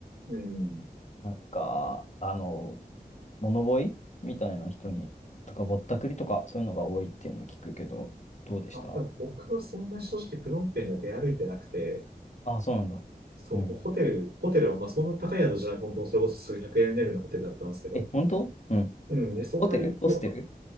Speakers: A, on the right (about 85°); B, on the left (about 45°).
A: うん。
B: なんか、あの、物乞いみたいな人に、とか、ぼったくりとか、そういうのが多いっていうのを聞くけど、どうでした
A: あ、でも僕はそんな正直プノンペンで出歩いてなくて、
B: あ、そうなんだ。
A: そう、
B: うん。
A: もうホテル、ホテルはまあそんな高い宿じゃなくて、本当それこそ数百円レベルのホテルだったんですけど。
B: え、本当うん。
A: うん。で、そんなに、
B: ホテルホステル
A: うわ